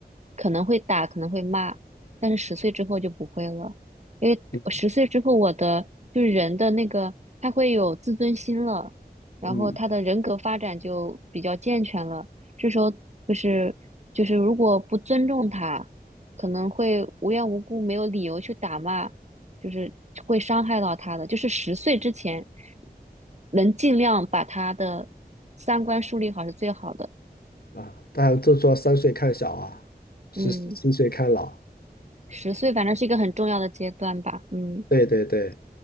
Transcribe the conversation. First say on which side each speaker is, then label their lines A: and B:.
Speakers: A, on the right (about 40°); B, on the left (about 65°).
A: 可能会打，可能会骂，但是十岁之后就不会了。因为十岁之后，
B: 嗯
A: 我的就是人的那个他会有自尊心了，然后他的人格发展就比较健全了。
B: 嗯
A: 这时候就是就是如果不尊重他。可能会无缘无故没有理由去打骂，就是会伤害到他的。就是十岁之前，能尽量把他的三观树立好是最好的。
B: 啊，当然就说三岁看小啊，十七岁看老，
A: 嗯，十岁反正是一个很重要的阶段吧。嗯，
B: 对对对，